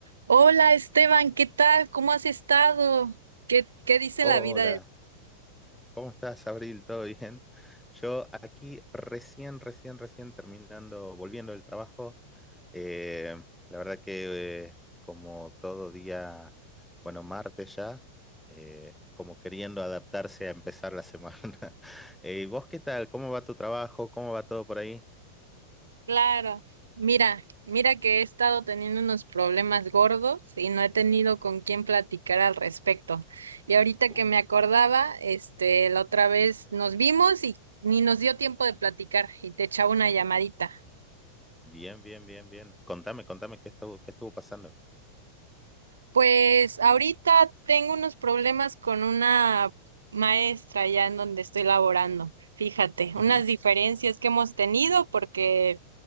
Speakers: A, on the right; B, in the centre.
A: Hola Esteban, ¿qué tal? ¿Cómo has estado? ¿Qué, qué dice
B: Hola,
A: la vida del...
B: ¿cómo estás, Abril? ¿Todo bien? Yo aquí recién, recién, recién terminando, volviendo del trabajo. Eh, la verdad que eh, como todo día, bueno, martes ya, eh, como queriendo adaptarse a empezar la semana. <laughs> Eh, ¿vos qué tal? ¿Cómo va tu trabajo? ¿Cómo va todo por ahí?
A: Claro, mira, mira que he estado teniendo unos problemas gordos y no he tenido
B: Ujú.
A: con quién platicar al respecto. Y ahorita
B: Uh,
A: que me acordaba, este, la
B: Ujú.
A: otra vez nos vimos y ni nos dio tiempo de platicar y te echaba una llamadita.
B: bien, bien, bien, bien. Contame, contame qué estuvo, qué estuvo pasando.
A: Pues ahorita tengo unos problemas con una maestra ya en donde estoy laborando. Fíjate, unas
B: Ujú,
A: diferencias que hemos tenido porque